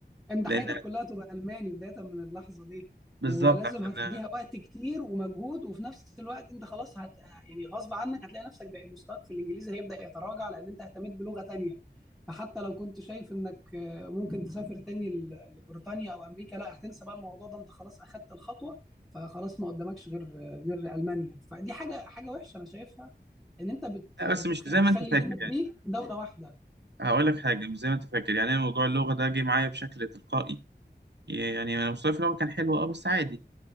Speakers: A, in the centre; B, on the right.
A: انت
B: لأن
A: حياتك كلها تبقى الماني بدايه من اللحظه دي
B: بالظبط
A: ولازم
B: عشان
A: هتديها وقت كتير ومجهود وفي نفس الوقت انت خلاص هت يعني غصب عنك هتلاقي نفسك بقى مستواك في الانجليزي هيبدا يتراجع لان انت اهتميت بلغه تانية فحتى لو كنت شايف انك آه، ممكن تسافر تاني ل- لبريطانيا او امريكا لا هتنسى بقى الموضوع ده انت خلاص اخدت الخطوه فخلاص ما قدامكش غير آه، غير المانيا فدي حاجه حاجه وحشه انا شايفها ان انت بت
B: لا
A: بتخ-
B: بس مش زي
A: بتخلي
B: ما أنت فاكر
A: ليميت
B: يعني
A: ليك دوله واحده
B: هقول لك حاجة مش زي ما أنت فاكر يعني أنا موضوع اللغة ده جه معايا بشكل تلقائي يعني أنا مستواي في اللغة كان حلو أه بس عادي